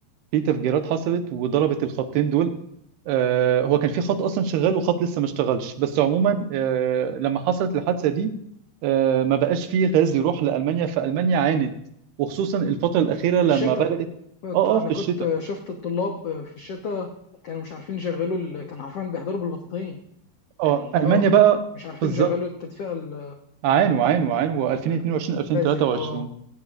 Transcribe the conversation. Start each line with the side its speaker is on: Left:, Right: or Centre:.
Right: في تفجيرات حصلت وضربت الخطين دول آه، هو كان في خط اصلا شغال وخط لسه ما اشتغلش بس عموما آه، لما حصلت الحادثه دي آه، ما بقاش فيه غاز يروح لألمانيا فألمانيا عانت وخصوصا الفترة الأخيرة
Left: في
Right: لما
Left: الشتاء
Right: بدأت
Left: كنت-
Right: اه
Left: انا
Right: اه في الشتاء
Left: كنت شفت الطلاب في الشتاء كانوا مش عارفين يشغلوا ال- كانوا عارفين بيحضروا بالبطاطين يعني
Right: اه ألمانيا
Left: اه
Right: بقى
Left: مش عارفين
Right: بالظبط
Left: يشغلوا التدفئة ال-
Right: عانوا عانوا عانوا
Left: ال- في
Right: 2022 2023
Left: الغاز يعني اه